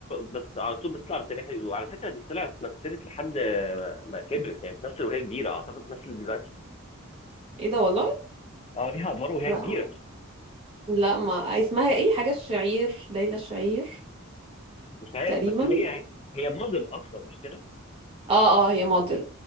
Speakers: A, on the left; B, on the right.
A: بس على طول بتطلع بالتاريخ وعلى فكرة دي طلعت مثلت لحد ما كبرت يعني بتمثل وهي كبيرة اعتقد بتمثل دلوقتي
B: ايه ده والله
A: اه ليها ادوار وهي
B: لا
A: كبيرة
B: لا ما اسمها ايه حاجة الشعير ليلى الشعير
A: مش عارف
B: تقريبا
A: بس هي هي موديل اصلا مش كده؟
B: اه اه هي موديل